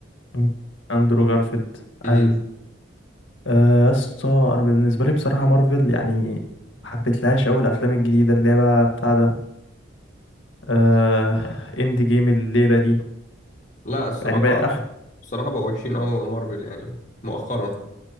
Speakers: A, on the left; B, on the left.
A: مم. اندرو جارفيلد
B: امم
A: ايوه آه، يا اسطى انا بالنسبة لي بصراحة مارفل يعني ما حبيتلهاش اوي الافلام الجديدة اللي هي بقى بتاع ده آه اند جيم الليلة دي
B: لا الصراحه
A: يعني بقى اخ
B: بصراحة بقوا وحشين أوي مارفل يعني مؤخرا